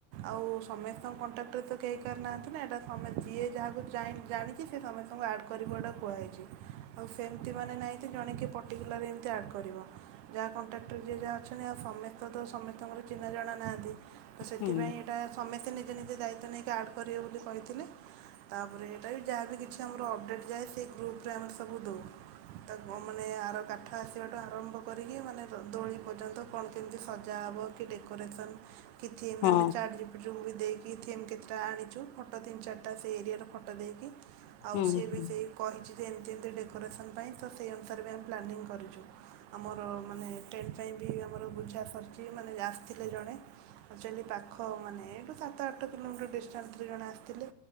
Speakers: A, on the right; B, on the left.
A: ଆଉ ସମସ୍ତଙ୍କ କଣ୍ଟାକ୍ଟର ତ କେହି କାହାର ନାହାଁନ୍ତି ନା। ଏଇଟା ସମେ ଯିଏ ଯାହାକୁ ଜାଣି ଜାଣିଛି ସି ସମସ୍ତଙ୍କୁ ଆଡ଼୍ କରିବଟ କୁହାହେଇଛି। ଆଉ ସେମିତି ମାନେ ନାହିଁ ଯେ ଜଣେ କିଏ ପର୍ଟିକୁଲାର ଏମିତି ଆଡ଼୍ କରିବ। ଯାହା କଣ୍ଟାକ୍ଟରେ ଯିଏ ଯାହା ଅଛନ୍ତି ଆଉ ସମସ୍ତେ ତ ସମସ୍ତଙ୍କର ଚିହ୍ନା ଜଣା ନାହାନ୍ତି। ତ ସେଥିପାଇଁ
B: ହୁଁ
A: ଏଇଟା ସମସ୍ତେ ନିଜେ ନିଜେ ଦାୟିତ୍ୱ ନେଇକି ଆଡ୍ କରିବେ ବୋଲି କହିଥିଲି ତାପରେ ଏଇଟା ବି ଯାହା ବିି କିଛି ଆମର ଅପଡ଼େଟ୍ ଯାଏ ସେ ଗ୍ରୁପ୍ରରେ ଆମେ ସବୁ ଦେଉ। ତାକୁ ମାନେ ଆର କାଠ ଆସିବାଠୁ ଆରମ୍ଭ କରିକି ମାନେ ଦୋଳି ପର୍ଯ୍ୟନ୍ତ କଣ କେମିତି ସଜାହେବ କି ଡେକୋରେସନ୍ କିଏ <unintelligible>
B: ହଁ
A: ଚାଟ୍ ଜି ପି ଟି ଦେଇକି ଥିମ୍ କେତେଟା ଆଣିଛୁ। ଫଟୋ ତିନି ଚାରିଟା ସେ ଏରିଆର ଫଟୋ ଦେଇକି ଆଉ
B: ହୁଁ
A: ସେ
B: ହୁଁ
A: ବି ସେଇ କହିଛି ଏମିତି ଏମିତି ଡେକୋରେସନ୍ ପାଇଁ ତ ସେହି ଅନୁସାରେ ବି ଆମେ ପ୍ଲାନିଂ କରିଛୁ। ଆମର ମାନେ ସେ ପାଇଁ ବି ଆମର ବୁଝା ସରିଛି। ମାନେ ଆସିଥିଲେ ଜଣେ ଆକ୍ଚୁଆଲି ପାଖ ମାନେ ସାତ ଆଠ କିଲୋମିଟର ଡିଷ୍ଟାନ୍ସରେ ଜଣେ ଆସିଥିଲେ।